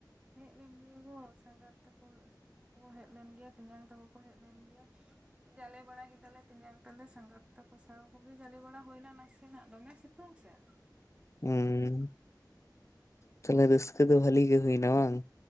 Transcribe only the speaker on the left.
ᱦᱩᱸ ᱛᱟᱦᱞᱮ ᱨᱟᱹᱥᱠᱟᱹ ᱫᱚ ᱵᱷᱟᱞᱤ ᱜᱮ ᱦᱩᱭᱱᱟ ᱵᱟᱝ?